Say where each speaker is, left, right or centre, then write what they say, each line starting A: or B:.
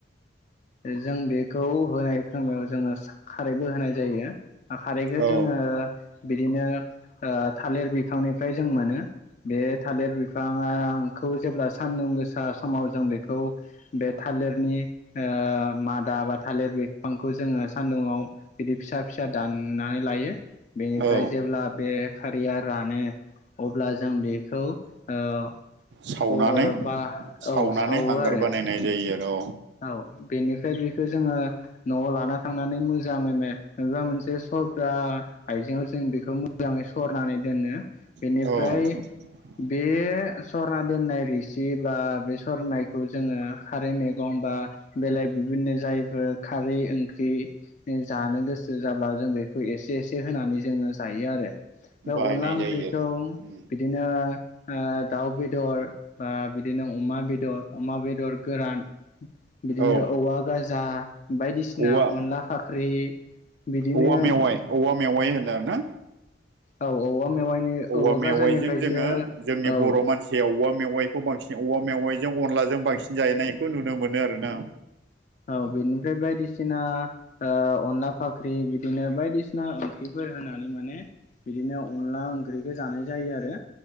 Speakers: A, on the left (about 40°); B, on the right (about 70°).
A: जों बेखौ होनाय खोमायाव जोङो सा खारैबो होनाय जायो खारैखौ
B: औ
A: जोङो बिदिनो ओ थालिर बिफांनिफ्राय जों मोनो बे थालिर बिफाङाखौ जेब्ला सानदुं गोसा समाव जों बेखौ बे था थालिरनि ओ मादा बा थालिर बिफांखौ जोङो सान्दुंआव बिदि फिसा फिसा दाननानै लायो बेनिफ्राय
B: औ
A: जेब्ला बे खारैया रानो अब्ला जों बेखौ ओ
B: सावनानै
A: अर बा
B: सावनानै
A: औ सावो
B: हांगार
A: आरो
B: बानायनाय जायो आरो
A: औ बेनिफ्राय बेखौ जोङो न'आव लाना थांनानै मोजाङै मे माबा मोनसे सरग्रा आइजेंआव जों बेखौ मोजाङै सरनानै दोनो
B: औ
A: बेनिफ्राय बे सरना दोननाय रोसि बा बे सरनायखौ जोङो खारै मेग <unintelligible> बेलेग सिबिनो जायफोर खारै ओंख्रि जानो गोसो जाब्ला जों बेखौ एसे एसे होनानै जोङो जायो आरो बे
B: बाहायनाय
A: अनला ओंख्रिखौ
B: जायो आरो
A: बिदिनो ओ दाउ बेदर बा बिदिनो अमा बेदर अमा बेदर गोरान बिदिनो
B: औ
A: औवा गाजा बायदिसिना
B: औवा
A: अनला फाख्रि बिदिनो
B: औवा मेवाइ औवा मेवाइ होनो आरो ना
A: औ औवा मेवाइनि
B: औवा
A: गाजानिफ्रायसो
B: मेवाइजों जोङो जोंनि
A: औ
B: बर' मानसिया औवा मेवाइखौ बांसिन औवा मेवाइजों अनलाजों बांसिन जानायखौ नुनो मोनो आरोना
A: औ बेनिफ्राय बायदिसिना ओ अनला फाख्रि बिदिनो बायदिसिना ओंख्रिफोर होना माने बिदिनो अनला ओंख्रिखौ जानाय जायो आरो